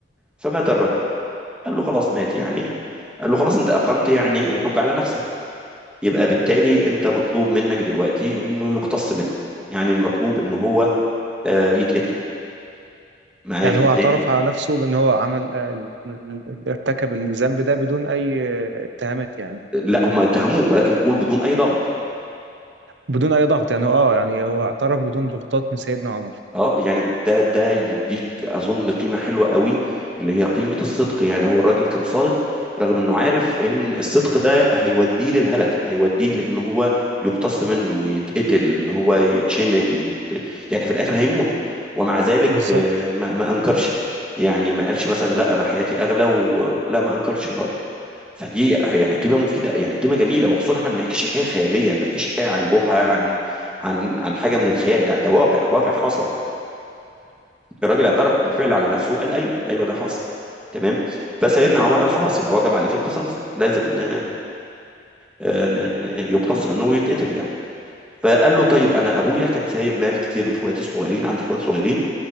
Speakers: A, in the centre; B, on the right (about 75°).
A: فمات الرجل قال له خلاص مات يعني قال له خلاص أنت أقمت يعني الحجة على نفسك يبقى بالتالي انت مطلوب منك دلوقتي انه يقتص منك يعني المطلوب ان هو آه، يتقتل معايا
B: يعني
A: في الحته
B: هو اعترف
A: دي
B: على نفسه بان هو عمل آه، ال- ال- ال- ارتكب الذنب ده بدون اي آه، اتهامات يعني
A: لا هم اتهموه ولكن نقول بدون اي ضغط
B: بدون اي ضغط يعني اه يعني هو اعترف بدون ضغوطات من سيدنا عمر
A: اه يعني ده ده يديك اظن قيمه حلوه قوي اللي هي قيمه الصدق يعني هو الراجل كان صادق رغم انه عارف ان الصدق ده هيوديه للهلك هيوديه لان هو يقتص منه يتقتل ان هو يتشنق يت... يعني في الاخر هيموت ومع ذلك
B: بالظبط
A: آه، ما, ما انكرش يعني ما قالش مثلا لا انا حياتي اغلى ولا ما انكرش الراجل فدي يعني قيمه مفيده يعني قيمه جميله وخصوصا احنا ما بنحكيش حكايه خياليه ما بنحكيش حكايه عن جحا عن عن عن حاجه من الخيال ده ده واقع واقع حصل الراجل اعترف بالفعل على نفسه قال ايوه ايوه ده حصل تمام فسيدنا عمر قال خلاص يبقى وجب عليك القصاص لازم ن- آه، ن- ن- يقتص منه ويتقتل يعني فقال له طيب انا ابويا كان سايب مال كتير لاخواتي الصغيرين عندي اخوات صغيرين